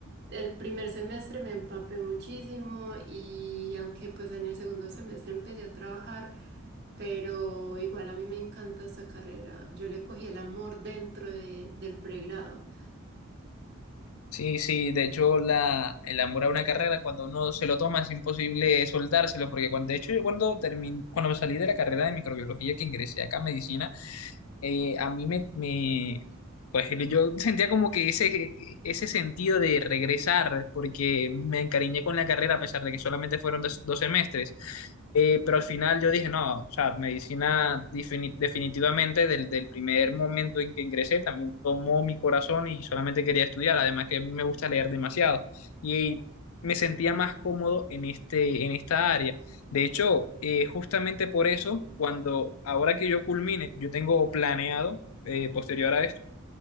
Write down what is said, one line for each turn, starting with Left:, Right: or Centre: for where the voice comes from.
Right: El primer semestre me empapé muchísimo y aunque pues en el segundo semestre empecé a trabajar, pero igual a mí me encanta esa carrera. Yo le cogí el amor dentro de- del pregrado.
Left: sí, sí, de hecho la, el amor a una carrera cuando uno se lo toma es imposible soltárselo, porque cuando, de hecho yo cuando, termin, cuando me salí de la carrera de microbiología que ingresé acá a medicina, eh, a mí me, me- pues yo sentía como que ese, ese sentido de regresar, porque me encariñé con la carrera a pesar de que solamente fueron dos, dos semestres, Eh, pero al final yo dije, no, o sea, medicina defini- definitivamente del, del primer momento en que ingresé también tomó mi corazón y solamente quería estudiar, además que a mí me gusta leer demasiado y me sentía más cómodo en este, en esta área. De hecho, eh, justamente por eso, cuando ahora que yo culmine, yo tengo planeado, eh, posterior a esto,